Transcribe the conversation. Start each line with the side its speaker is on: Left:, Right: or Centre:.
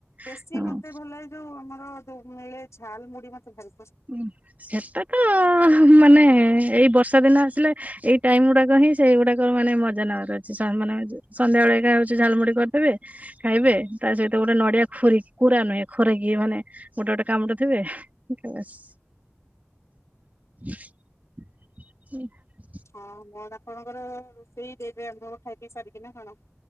Left: ବେଶୀ
Right: ହଁ
Left: ମତେ ଭଲ ଲାଗେ ଯୋଉ ଆମର ଯୋଉ ମିଳେ ଝାଲ୍ ମୁଡି ମତେ ଭଲ୍
Right: ହଁ ସେଟା ତ ମାନେ ଏଇ ବର୍ଷା ଦିନ ଆସିଲେ ଏଇ ଟାଇମ୍ ଗୁଡାକ ହିଁ ସେଇଗୁଡାକ ମାନେ ମଜା ନେବାର ଅଛି ସମାନେ ଯଉ ସନ୍ଧ୍ୟା ବେଳେ ଏକା ହଉଛି ଝାଲମୁଡି କରିଦେବେ ଖାଇବେ ତା ସହିତ ଗୋଟେ ନଡିଆ ଖୁରି କୁରା ନୁହେଁ ଖୋରି କି ମାନେ ଗୋଟେ ଗୋଟେ କାମୁଡୁ ଥିବେ ବସ୍
Left: ହଁ ମୋର ଆପଣଙ୍କର ରୋଷେଇ ଡେରି ଆମର ଖାଇ ପିଇ ସାରିକି ନା କଣ?